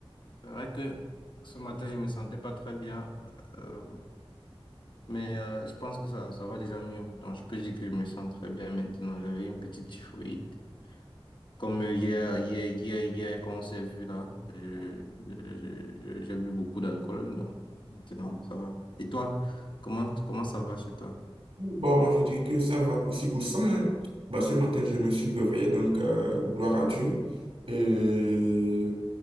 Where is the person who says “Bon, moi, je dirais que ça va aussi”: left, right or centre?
Right